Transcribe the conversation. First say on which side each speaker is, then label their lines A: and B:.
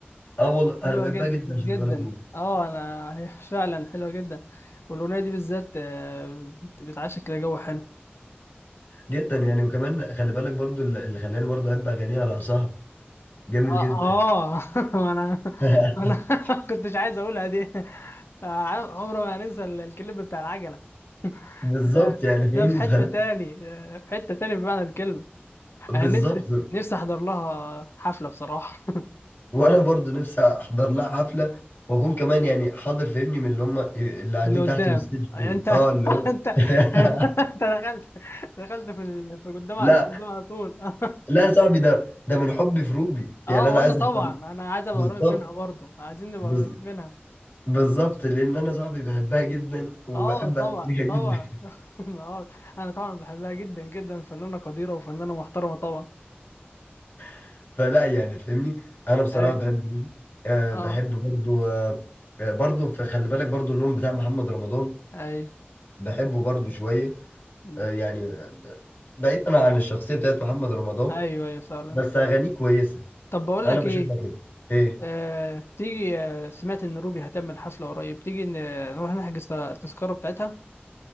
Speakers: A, on the left; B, on the left.
A: اه والله انا
B: حلوة
A: بحبها
B: جدا
A: جدا
B: جدا
A: خلي بالك روبي
B: اه انا هي <laughs> فعلا حلوة جدا والاغنية دي بالذات آه، بت- بتعشق كده جو حلو
A: جدا يعني وكمان خلي بالك برضو اللي اللي خلاني برضو احب اغانيها رقصها جامد
B: اه
A: جدا
B: آه. <laughs> انا
A: <laughs>
B: انا <laughs> كنتش عايز اقولها دي آه، عمره ما هننسى ال- الكليب بتاع العجلة
A: بالظبط
B: ده
A: يعني فاهمني
B: ده في حتة
A: فلا
B: تاني آه، في حتة تاني بمعنى الكلمة
A: بالظبط
B: انا نفسي نفسي احضر لها حفلة بصراحة
A: وانا برضو نفسي احضر لها حفله واكون كمان يعني حاضر فاهمني من اللي هم اللي
B: <laughs>
A: قاعدين
B: اللي قدام
A: تحت الستيج دول
B: انت <laughs>
A: اه اللي هو
B: انت انت
A: <laughs>
B: دخلت دخلت في ال- في قدام
A: لا
B: في قدام على طول <laughs>
A: لا يا صاحبي ده ده من حبي في روبي
B: اه
A: يعني انا
B: وانا
A: عايز
B: طبعا
A: احضر لها
B: انا عايز ابقى
A: بالظبط
B: قريب منها برضه عايزين نبقى
A: بز-
B: قريبين منها
A: بالظبط لان انا صاحبي بحبها جدا وبحب
B: اه طبعا
A: اغانيها جدا
B: طبعا <laughs> آه، انا طبعا بحبها جدا جدا فنانة قديرة وفنانة محترمة طبعا
A: <laughs> فلا يعني فاهمني انا بصراحه
B: اي
A: بحب روبي أه
B: اه
A: بحب برضو أه آه، برضو فخلي بالك برضو اللون بتاع محمد رمضان
B: اي
A: بحبه برضو شويه
B: مم.
A: أه يعني آه، بعيدا عن الشخصيه بتاعت محمد رمضان
B: ايوه ايوه فعلا
A: بس اغانيه كويسه
B: طب بقول
A: انا
B: لك
A: بشوفها
B: ايه
A: كده ايه
B: آه، تيجي آه، سمعت ان روبي هتعمل حفلة قريب تيجي ن- نروح نحجز التذكرة بتاعتها